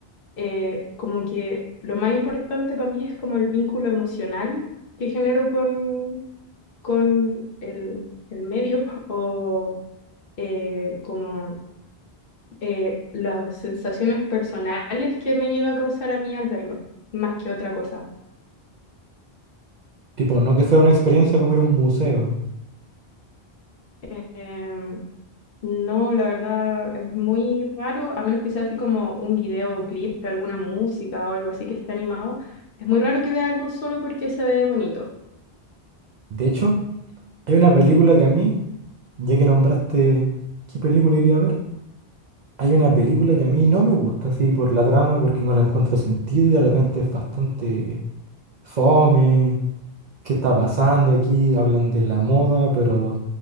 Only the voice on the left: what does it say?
eh, como que lo más importante para mí es como el vínculo emocional que genero con, con el, el medio <laughs> o eh, como eh, las sensaciones personales que me llega a causar a mí al verlo, más que otra cosa.
Eh, em, no, la verdad es muy raro, a menos que sea así como un videoclip de alguna música o algo así que esté animado. Es muy raro que vea algo solo porque se ve bonito.